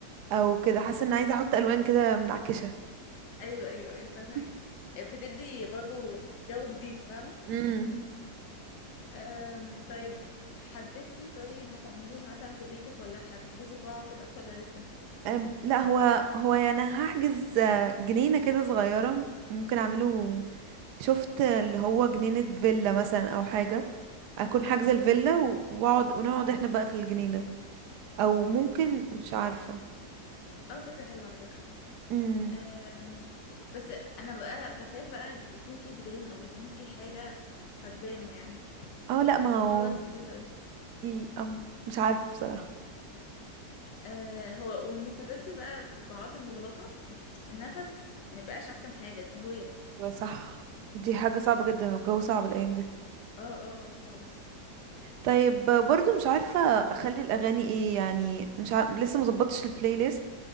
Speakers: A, on the right; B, on the left.
A: او كده حاسه ان عايزه احط الوان كده منعكشه
B: <laughs> ايوه ايوه ايوه فاهمك
A: <laughs>
B: بتدي برضو جو جديد فاهمه
A: امم
B: آم، طيب حددتي طيب هتعمليها مثلا في بيتك ولا هتحجزي قاعه وكده ولا لسه
A: أم، لا هو هو يعني أنا هحجز آه، جنينة كده صغيرة ممكن اعمله شفت اللي هو جنينة فيلا مثلا او حاجة اكون
B: اه
A: حاجزة الفيلا و- واقعد ونقعد احنا بقى في الجنينة او ممكن
B: فاهم.
A: مش عارفة
B: اه فكره حلوه على فكره
A: امم
B: أم، بس انا بقى بخاف بقى يكون في جيران او يكون في حاجه فتبانه يعني
A: اه لا ما
B: الحوار
A: هو
B: ده مستفز قوي
A: ال- أم، مش عارفة بصراحة
B: أه هو والمستفز بقى في القاعات المغلقه النفس ما بقاش احسن حاجه التهويه
A: هو صح دي حاجة صعبة جدا والجو صعب الأيام دي
B: اه اه خالص
A: طيب آه، برضو مش عارفة أخلي الأغاني ايه يعني مش ع... لسه مظبطش البلاي ليست